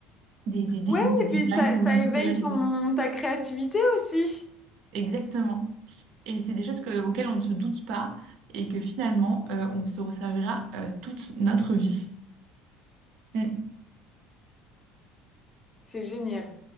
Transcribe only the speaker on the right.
des, des, des-
des
designs
pour
je ne
sais quelle raison.
Exactement. Et c'est des choses que- auxquelles on ne se doute pas et que finalement, euh, on se resservira euh, toute notre vie. Mm.